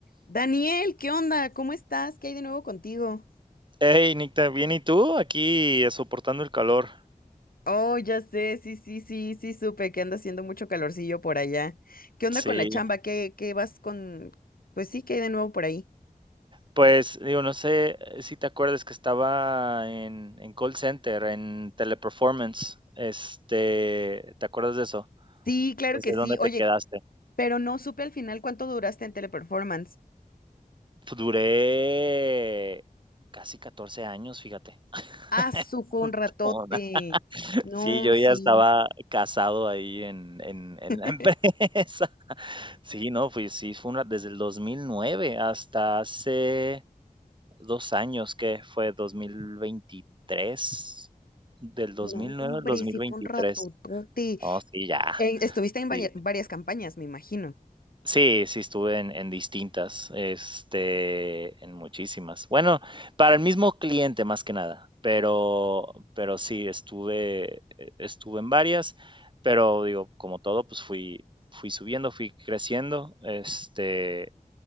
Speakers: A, on the left (about 75°); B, on the right (about 30°).
A: Daniel, ¿qué onda? ¿Cómo estás? ¿Qué hay de nuevo contigo?
B: Hey, Nicta, bien, ¿y tú? Aquí eh, soportando el calor.
A: Oh, ya sé, sí, sí, sí, sí, supe que anda haciendo mucho calorcillo por allá. ¿Qué onda
B: Sí,
A: con la chamba? ¿Qué, qué vas con...? Pues sí, ¿qué hay de nuevo por ahí?
B: pues digo, no sé eh, si te acuerdas que estaba en, en call center, en Teleperformance. Este, ¿te acuerdas de eso?
A: Sí, claro
B: Pues
A: que
B: de
A: sí.
B: dónde te
A: Oye,
B: quedaste.
A: pero no supe al final cuánto duraste en Teleperformance.
B: Duré casi 14 años, fíjate.
A: Ah, su,
B: <laughs>
A: fue un ratote.
B: Montona.
A: No,
B: Sí, yo
A: sí.
B: ya estaba casado ahí en, en, en
A: <laughs>
B: la empresa. <laughs> Sí, no, fui, sí, fue una, desde el 2009 hasta hace 2 años, que fue? dos mil veintitrés Del dos
A: No,
B: mil nueve
A: hombre,
B: al dos
A: sí
B: mil veintitrés
A: fue un ratotote.
B: Oh, sí, ya.
A: Eh, estuviste en vaya-
B: Sí.
A: varias campañas, me imagino.
B: Sí, sí estuve en en distintas, este, en muchísimas. Bueno, para el mismo cliente, más que nada, pero pero sí, estuve e estuve en varias, pero digo, como todo, pues fui fui subiendo, fui creciendo, este,